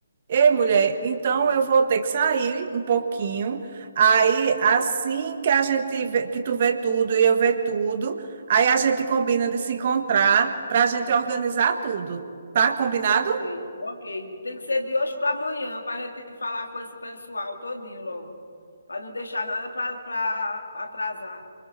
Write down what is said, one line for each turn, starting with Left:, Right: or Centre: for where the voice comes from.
Right: Ei, mulher, então eu vou ter que sair um pouquinho. Aí, assim que a gente vê, que tu vê tudo e eu vê tudo, aí a gente combina de se encontrar para a gente organizar tudo. Tá combinado?
Left: Ok, ok. Tem que ser de hoje para amanhã, para a gente falar com esse pessoal todinho logo, para não deixar nada para atrasar.